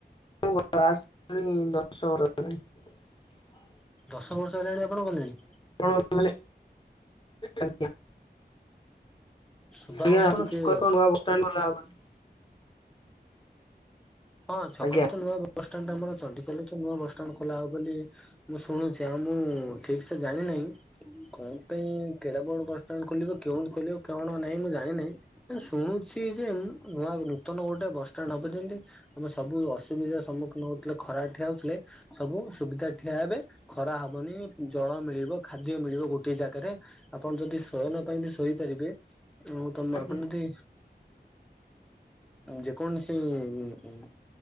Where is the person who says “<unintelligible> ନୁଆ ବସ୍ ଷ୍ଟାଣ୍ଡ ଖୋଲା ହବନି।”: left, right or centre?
Left